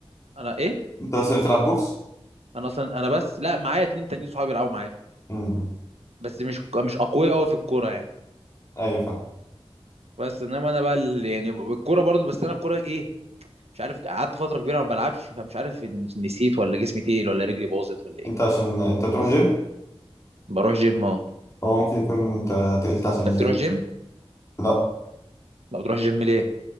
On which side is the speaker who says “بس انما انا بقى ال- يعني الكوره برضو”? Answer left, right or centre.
Right